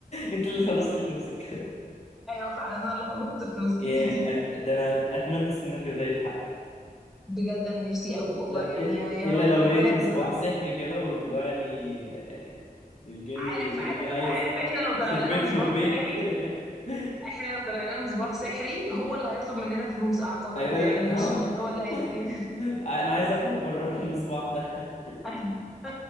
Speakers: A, on the left; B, in the centre.
A: انت اللي خلصت فلوسك <laughs>
B: ايوه فعلا انا اللي خلصت فلوس
A: يا
B: دي
A: أت... ده انا اتمنى السيناريو ده يتحقق
B: <laughs> بجد انا نفسي قوي والله
A: لا
B: يعني
A: إ-
B: يا يا
A: الا
B: رب
A: لو
B: ربنا
A: لقيت مصباح
B: يرزقنا
A: سحري كده وطلع لي آه، الجن
B: عارف
A: بيقول
B: عارف
A: لي عايز
B: عارف احنا لو طلع
A: شبيك
B: لنا مصباح
A: لبيك
B: سحري
A: <laughs>
B: احنا لو طلع لنا مصباح سحري هو اللي هيطلب مننا فلوس اعتقد
A: ايوه لا
B: يعني مش
A: آه.
B: مش هو اللي هيدينا
A: <laughs> انا عايز اخرج بره <laughs> المصباح ده
B: <laughs>